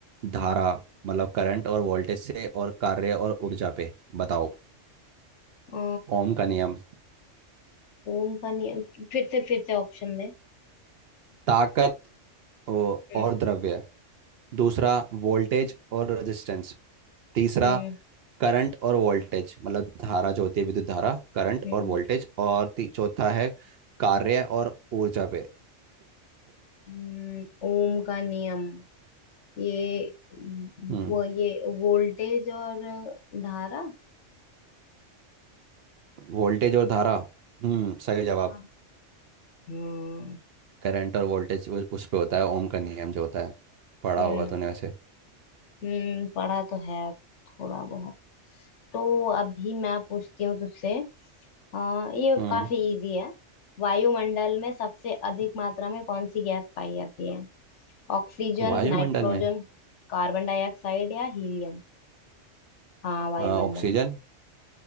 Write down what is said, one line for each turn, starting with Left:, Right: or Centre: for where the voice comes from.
Right: धारा मतलब करंट और वोल्टेज से और कार्य और ऊर्जा पे बताओ
Left: अ,
Right: ओम का नियम
Left: ओम का नियम फिर से फिर से ऑप्शन दे
Right: ताकत ओ,
Left: हम्म
Right: और द्रव्य दूसरा वोल्टेज और रेजिस्टेंस तीसरा
Left: हम्म
Right: करंट और वोल्टेज मतलब धारा जो होती है विद्युत धारा करंट
Left: हम्म,
Right: और वोल्टेज और ती- चौथा है कार्य और ऊर्जा पे
Left: हम्म, ओम का नियम ये
Right: हम्म
Left: वो ये वोल्टेज और धारा
Right: वोल्टेज और धारा हम्म सही जवाब
Left: हाँ हम्म
Right: करंट और वोल्टेज उ- उस पे होता है ओम का नियम जो होता है पढ़ा
Left: हम्म
Right: होगा तूने वैसे
Left: हम्म, पढ़ा तो है थोड़ा बहुत तो अभी मैं पूछती हूँ तुझसे अ, ये
Right: हम्म
Left: काफी इजी है वायुमंडल में सबसे अधिक मात्रा में कौन सी गैस पाई जाती है ऑक्सीजन
Right: वायुमंडल
Left: नाइट्रोजन
Right: में
Left: कार्बन डाइऑक्साइड या हीलियम हाँ वायुमंडल
Right: अ, ऑक्सीजन